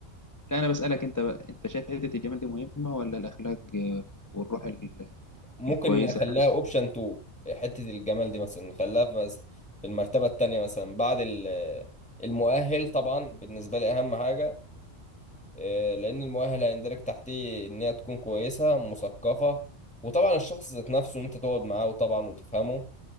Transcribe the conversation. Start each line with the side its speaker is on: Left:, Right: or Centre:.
Left: لا انا بسألك انت بقى انت شايف حتة الجمال دي مهمة ولا الاخلاق آه، والروح ال-
Centre: ممكن
Left: الكويسة
Centre: اخليها اوبشن 2 حتة الجمال دي مثلا نخليها في مس- في المرتبة التانية مثلا بعد ال- المؤهل طبعا بالنسبة لي اهم حاجة آه، لان المؤهل هيندرج تحتيه ان هي تكون كويسة مثقفة وطبعا الشخص ذات نفسه ان انت تقعد معاه وطبعا وتفهمه